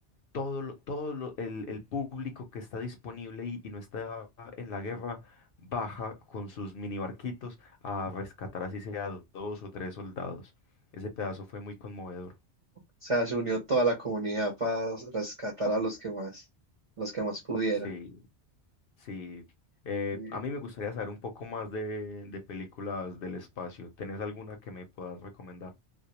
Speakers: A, on the left; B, on the right.
A: todo, lo- todo lo- el, el público que está disponible y, y no está en la guerra baja con sus mini barquitos a rescatar así sea dos o tres soldados. Ese pedazo fue muy conmovedor.
B: sea, se unió toda la comunidad para rescatar a los que más, los que más pudieran.
A: Sí, sí. Eh,
B: Y-
A: a mí me gustaría saber un poco más de, de películas del espacio. ¿Tenés alguna que me puedas recomendar?